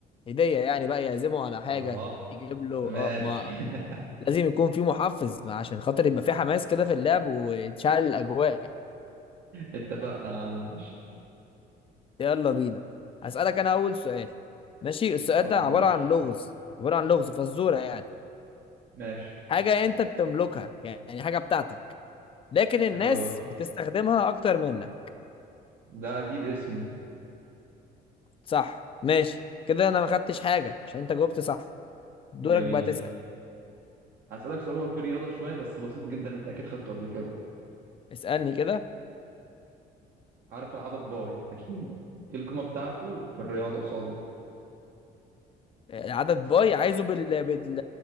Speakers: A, on the left; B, on the right.
A: هدية يعني بقى يعزمه على حاجة
B: اه
A: يجيب له اه
B: ماشي
A: ما
B: <laughs>
A: لازم يكون في محفز عشان خاطر يبقى في حماس كده في اللعب وتشعل الأجواء
B: اتفقنا يا عم ماشي
A: يلا بينا هسألك انا اول سؤال ماشي السؤال
B: اتفضل
A: ده عبارة
B: يا باشا
A: عن لغز عبارة عن لغز فزورة يعني
B: ماشي
A: حاجة انت بتملكها يعني حاجة بتاعتك لكن الناس
B: حلو أوي
A: بتستخدمها اكتر منك
B: ده أكيد اسمي
A: صح ماشي كده انا ما خدتش حاجة عشان انت جاوبت صح دورك
B: جميل
A: بقى تسأل
B: هسألك سؤال هو في رياضة شوية بس بسيط جدا انت أكيد خدته قبل كده
A: اسألني كده
B: عارف العدد باي أكيد ايه القيمة بتاعته في الرياضة قصاده
A: العدد باي عايزه بال بال